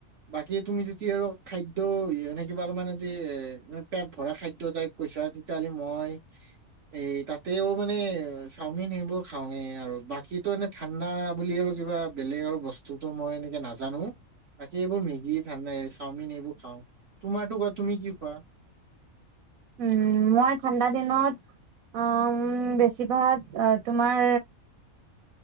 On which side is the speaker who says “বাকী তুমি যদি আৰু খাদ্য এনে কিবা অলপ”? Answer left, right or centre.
Right